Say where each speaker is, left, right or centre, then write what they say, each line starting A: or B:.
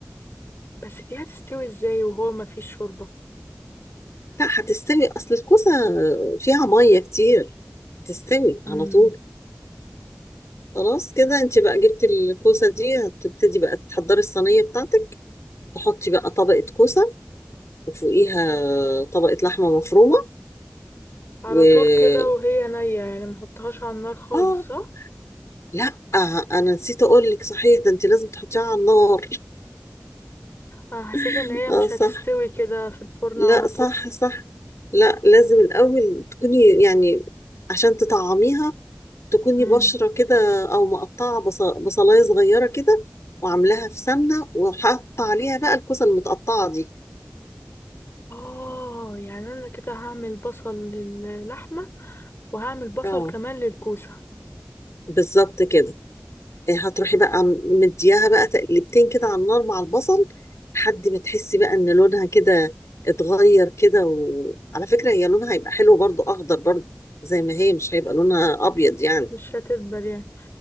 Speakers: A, on the left; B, on the left.
A: بس دي هتستوي ازاي وهو ما فيش شوربة
B: لا هتستوي اصل الكوسة فيها مية كتير هتستوي
A: امم
B: على طول خلاص كده انت بقى جبت الكوسة دي هتبتدي بقى تحضري الصينية بتاعتك تحطي بقى طبقة كوسة وفوقيها طبقة لحمة مفرومة
A: على
B: و
A: طول كده وهي نية يعني ما احطهاش على النار خالص
B: اه
A: صح
B: لا انا نسيت اقول لك صحيح ده انت لازم تحطيها على النار
A: انا حسيت
B: <laughs>
A: ان هي
B: اه
A: مش
B: صح
A: هتستوي كده في الفرن
B: لا
A: على طول
B: صح صح لا لازم الاول تكوني يعني عشان تطعميها تكوني
A: امم
B: بشرة كده او مقطعة بص... بصلاية صغيرة كده وعاملاها في سمنة وحاطة عليها بقى الكوسة المتقطعة دي
A: اه يعني انا كده هعمل بصل للحمة وهعمل بصل
B: اه
A: كمان للكوسة
B: بالظبط كده إيه، هتروحي بقى م- مدياها بقى تقلبتين كده على النار مع البصل لحد ما تحسي بقى ان لونها كده اتغير كده وعلى فكرة هي لونها هيبقى حلو برضو اخضر برضو زي ما هي مش هيبقى لونها ابيض يعني
A: مش هتدبل يعني